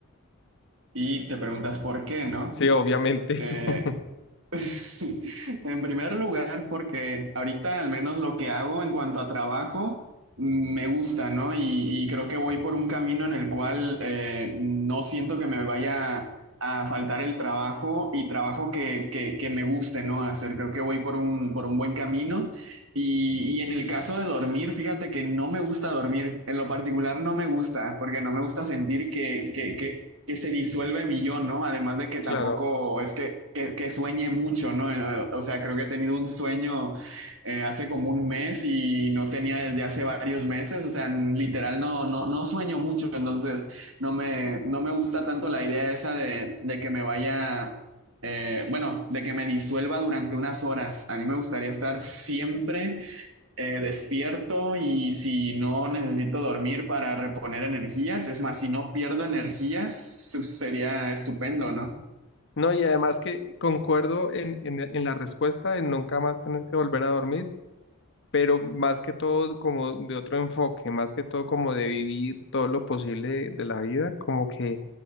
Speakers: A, on the right; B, on the left.
A: Y te preguntas por qué, ¿no?
B: sí, obviamente,
A: Eh,
B: <laughs>
A: <laughs> en primer lugar, porque ahorita al menos lo que hago en cuanto a trabajo mm, me gusta, ¿no? Y, y creo que voy por un camino en el cual eh, no siento que me vaya a faltar el trabajo y trabajo que, que, que me guste, ¿no? Hacer, creo que voy por un, por un buen camino. Y, y en el caso de dormir, fíjate que no me gusta dormir. En lo particular no me gusta, porque no me gusta sentir que, que, que, que se disuelve mi yo, ¿no? Además de que
B: claro.
A: tampoco es que, que, que sueñe mucho, ¿no? Eh, eh, O sea, creo que he tenido un sueño eh, hace como un mes y no tenía desde hace varios meses. O sea, en- literal no, no, no sueño mucho. Entonces, no me, no me gusta tanto la idea esa de, de que me vaya eh, bueno, de que me disuelva durante unas horas. A mí me gustaría estar siempre eh, despierto y si no necesito dormir para reponer energías, es más, si no pierdo energías, su- sería estupendo, ¿no?
B: No, y además que concuerdo en, en, en la respuesta de nunca más tener que volver a dormir, pero más que todo como de otro enfoque, más que todo como de vivir todo lo posible de, de la vida, como que